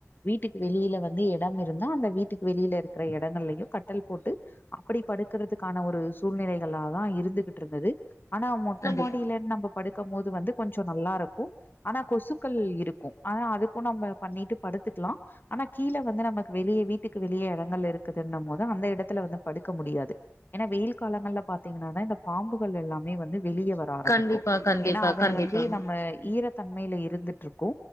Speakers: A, on the left; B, on the left.
A: வீட்டுக் வெளியில வந்து எடம் இருந்தா அந்த வீட்டுக்கு வெளியில இருக்கிற எடங்கள்லையு கட்டில் போட்டு அப்டி படுக்கிறதுக்கான ஒரு சூழ்நெலைகளாதா இருந்துகிட்டு இருந்தது ஆனா மொட்ட
B: கண்டிப்பா
A: மாடியில நம்ம படுக்கும்போது வந்து கொஞ்சோ நல்லா இருக்கு ஆனா கொசு க்க இருக்கு ஆனா அதுக்கு நம்ம பண்ணிட்டு படுத்துக்லா ஆனா கீழ வந்து நமக்கு வெளிய வீட்டுக்கு வெளியே எடங்கள் இருக்குதுன்னும்போது அந்த எடத்துல வந்து படுக்க முடியாது ஏன்னா வெயில் காலங்கள்ல பாத்தீங்ன்னாதா இந்த பாம்புகள் எல்லாமே வந்து வெளிய வர ஆரம்பிக்கு
B: கண்டிப்பா கண்டிப்பா
A: ஏன்னா அத
B: கண்டிப்பாங்க
A: வந்து நம்ம ஈரத் தன்மையில இருந்துட்டு இருக்கு